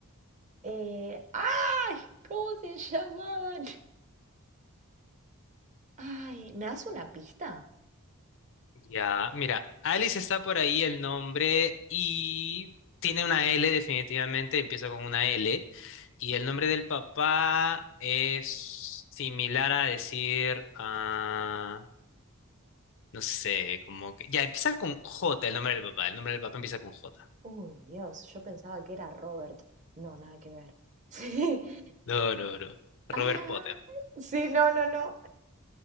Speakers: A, on the right; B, on the left.
A: Eh, ay, ¿cómo se llamaban? Ay, ¿me das una pista?
B: Ya, mira, Alice está por ahí el nombre y tiene una L definitivamente, empieza con una L. Y el nombre del papá es similar a decir, ah, no sé, como que... Ya, empieza con J el nombre del papá, el nombre del papá empieza con J.
A: Uy, Dios, yo pensaba que era Robert. No, nada que ver. <laughs> Sí.
B: No, no, no. Robert
A: Ah,
B: Potter.
A: sí, no, no, no.